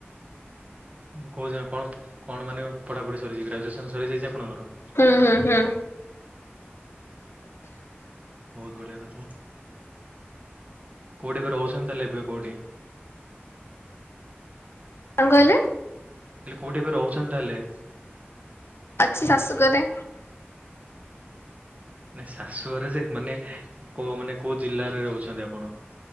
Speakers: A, on the right; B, on the left.
A: କହୁଛି ନା କଣ କଣ ମାନେ ପଢାପଢି ସରିଯଛି ଗ୍ରାଜୁଏସନ ସରିଯାଇଛି ଆପଣଙ୍କର।
B: ହୁଁ ହୁଁ ହୁଁ।
A: ବହୁତ ବଢିଆ କଥା କଉଠି ଏବେ ରହୁଛି ଛନ୍ତି ତାହେଲେ କଉଠି।
B: କଣ କହିଲେ?
A: ହେଲେ କଉଠି ଏବେ ରହୁଛନ୍ତି ତାହେଲେ?
B: ଅଛି ଶାଶୁ ଘରେ।
A: ଶାଶୁଘରେ ଯେ ମାନେ କ ମାନେ କଉ ଜିଲ୍ଲାରେ ରହୁଛନ୍ତି ଆପଣ?